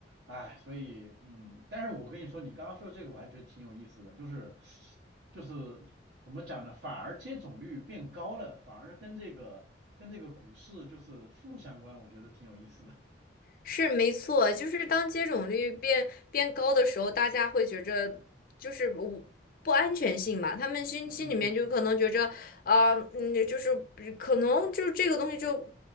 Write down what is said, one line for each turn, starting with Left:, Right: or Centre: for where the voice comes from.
Right: 哎，所以嗯，但是我跟你说，你刚刚说的这个我还觉得挺有意思的，就是就是怎么讲呢？反而接种率变高了，反而跟这个跟这个股市就是负相关，我觉得挺有意思的。
Left: 是没错，就是当接种率变变高的时候，大家会觉着就是不不安全性嘛，他们心心里面就可能觉着啊、
Right: 嗯嗯嗯
Left: 嗯，就是可能就是这个东西就